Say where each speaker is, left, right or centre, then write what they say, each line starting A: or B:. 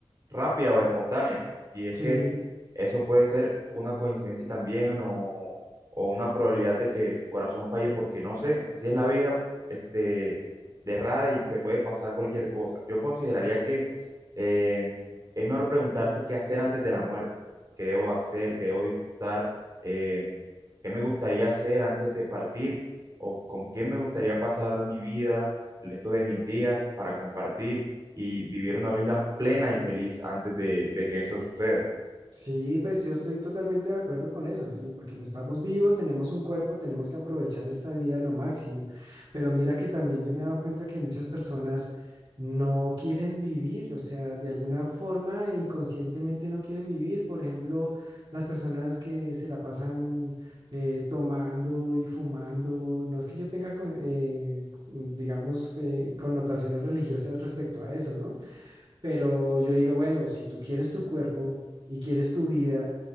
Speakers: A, on the right (about 35°); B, on the right (about 60°).
A: rápida o espontánea. Y es
B: sí.
A: que eso puede ser una coincidencia también o, o una probabilidad de que tu corazón falle porque no sé, así es la vida, este, de rara y te puede pasar cualquier cosa. Yo consideraría que eh, es mejor preguntarse qué hacer antes de la muerte, qué debo hacer, qué debo disfrutar, eh, qué me gustaría hacer antes de partir o con quién me gustaría pasar mi vida el resto de mis días para compartir y vivir una vida plena y feliz antes de, de que eso suceda.
B: Sí, pues yo estoy totalmente de acuerdo con eso, sí, porque pues, estamos vivos, tenemos un cuerpo, tenemos que aprovechar esta vida a lo máximo. Pero mira que también yo me he dado cuenta que muchas personas no quieren vivir, o sea, de alguna forma inconscientemente no quieren vivir. Por ejemplo, las personas que se la pasan eh, tomando y fumando, no es que yo tenga, con- eh, digamos, que connotaciones religiosas respecto a eso, ¿no? Pero yo digo, bueno, si tú quieres tu cuerpo y quieres tu vida,